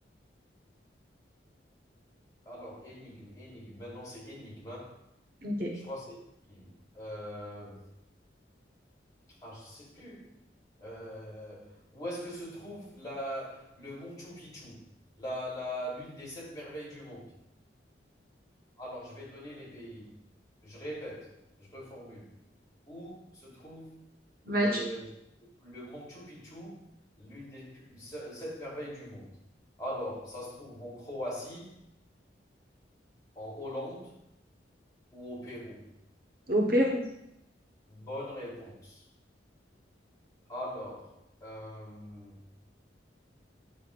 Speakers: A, on the left (about 20°); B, on the right (about 50°).
A: alors énigme, énigme. Maintenant, c'est énigme. hein.
B: Ok.
A: Je crois que c'est énigme. Euh, Ah, je sais plus. Euh, où est-ce que se trouve la, le Machu Picchu, la, la, l'une des sept merveilles du monde? Alors, je vais donner les pays. Je répète, je reformule. Où se trouve le,
B: Machu Picchu.
A: le Machu Picchu, l'une des plus- se- sept merveilles du monde? Alors, ça se trouve en Croatie, en Hollande ou au Pérou?
B: Au Pérou.
A: Bonne réponse. Alors, euh,